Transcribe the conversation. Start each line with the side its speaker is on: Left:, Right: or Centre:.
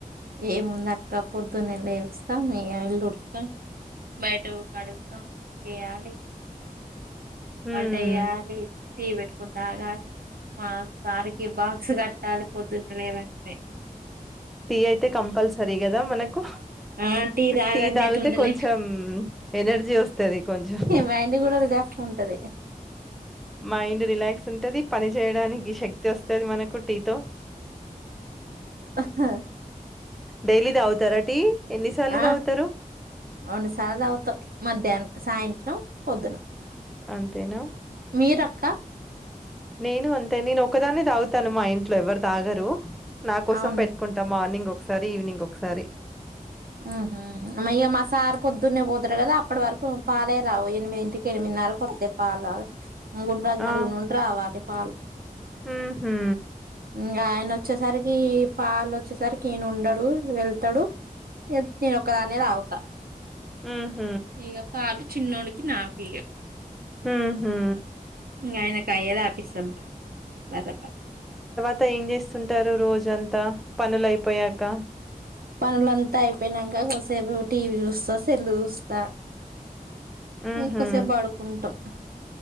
Right: ఏముంద అక్క పొద్దున్నే లేస్తాం ఇల్లుడుస్తాం బయటకు కడుగుతాం గేయాలి
Centre: హ్మ్
Right: వంట వయాలి టీ పెట్టుకుని తాగాలి మా సార్ కి బాక్స్ కట్ట తాళిపోద్దున లేవాలి అంటే
Centre: టి అయితే కంపల్సరిగా మనక్
Right: ఆ తాగందే
Centre: టీ తాగితే
Right: తుండలే
Centre: కొంచెం ఎనర్జీ వస్తది కొంచెం
Right: మైండ్ కూడా రిలాక్స్ ఉంటది
Centre: మైండ్ రిలాక్స్ ఉంటది పని చేేయడానికి శక్తి వ వస్తేది మనకు టీ తో
Right: హ
Centre: డైలీ తాగుతార టీ ఎన్నిసార్లు
Right: ఆ
Centre: తాగుతారు
Right: రెండు సార్లు తగ్గుతాం మధ్యాహ్నం సాయంత్రం పొద్దున
Centre: అంతేనా
Right: మీరక్క క్క
Centre: నేను అంతే నేను ఒకక్కదాన్ని తాగుతాను మా ఇంట్లో ఎవరు తాగరు నా కోసం
Right: అవును
Centre: పెట్టుకుంటా మార్నింగ్ ఒకసారి ఈవినింగ్ ఒకసారి
Right: ఉహ మైక మా సార్ పొద్దున్నే పోతారు కదా అప్పటి వరకు పాలే రావు ఎనిమిదింటికి ఎనిమిదిన్నరకి వస్తాయి పాలు గుండరాజుమండగున్ని
Centre: ఆ
Right: రావాలి పాలు
Centre: ఉహూ
Right: ఇంకా ఆయన వ వచ్చేసరికి పాలు వచ్చేసరికిను ఈయన ఉండడు వెళ్త తడు ఎత్ నేను ఒక్కదాన్నే తాగుతా
Centre: ఆ హ
Right: ఇగ పాలు చిన్నోడికి నాకు ఇగ
Centre: ఉహు
Right: ఇంగ ఆయనకు అయ్యే తాపిస్తాం బాధప్ప
Centre: అంత ఏం చేస్తుంటారు రోజ అంతా పనులు అయిపోయాక
Right: పనులంతా అయిపోయినంక కోసేపు టీవీ చూస్తా సెల్లు చూస్తా
Centre: ఉహూ
Right: ఇంకోసేపు బడుకుంటాం